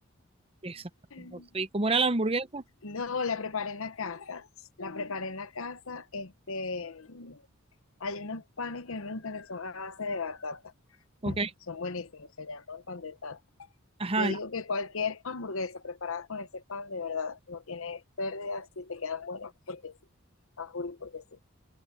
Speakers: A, on the right; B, on the left.
A: Exacto.
B: <laughs>
A: ¿Y cómo era la hamburguesa?
B: No, la preparé en la casa. La preparé en la casa, este. Hay unos panes que a mí me gustan que son a base de batata.
A: Ok.
B: Son buenísimos, se llaman pan de tata.
A: Ajá.
B: Yo digo que cualquier hamburguesa preparada con ese pan, de verdad, no tiene pérdida si te quedan buenas porque sí. A Juli porque sí.